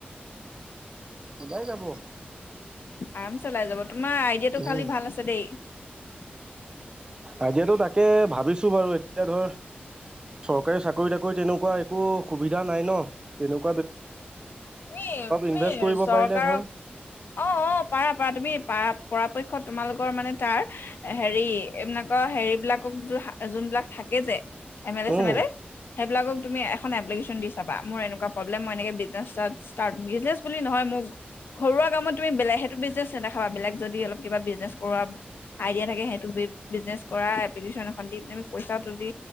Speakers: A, on the right; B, on the left.
A: ওলাই যাব।
B: আৰাম চাই ওলাই যাব। তোমাৰ আইডিয়াটো
A: উম
B: খালি ভাল আছে দেই। <inaudible>
A: আতিয়াতো তাকে ভাবিছো বাৰু এতিয়া ধৰ চৰকাৰী চাকৰি তাকৰি তেনেকুৱা একো সুবিধা নাই ন তেনেকুৱ
B: তুমি তুমি
A: ইনভেষ্ট কৰিব
B: চৰকাৰক
A: পাৰিলে ধৰ
B: অ অ পাৰা পাৰা তুমি পাৰ পৰাপক্ষত তোমালোক মে তাৰ হেৰি <unintelligible> বিলাকক য যোনবিলাক থাকে যে? এম এল এ চম
A: উম
B: সেইবুি এখন অপ্লিকেটিন দি চাবা? মোৰ এনেকুৱা বোলে মইনেকো চিচনেচ ইষ্ট বিচনেচ বুলি নহয় মোক ঘৰুৱা কামত তুমি বেলে সেইটো বিজনেছ না বিলাক যদি অলপ কিবা বিজনেজ কৰ আইডিয়া থাকে সেইটো বিজনে কৰা এপিকন দিমি পইচাটো দি